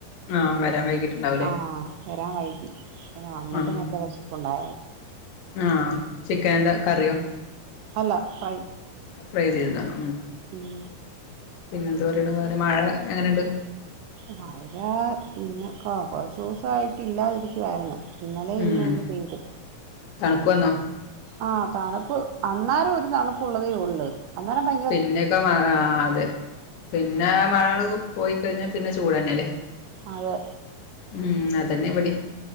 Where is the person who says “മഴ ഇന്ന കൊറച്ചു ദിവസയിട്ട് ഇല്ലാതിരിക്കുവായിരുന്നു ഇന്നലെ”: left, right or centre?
Right